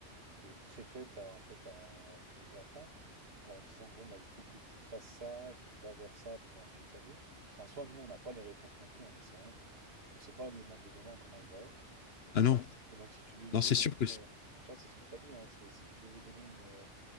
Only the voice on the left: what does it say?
Ah non,
non, c'est
sûr que c'est-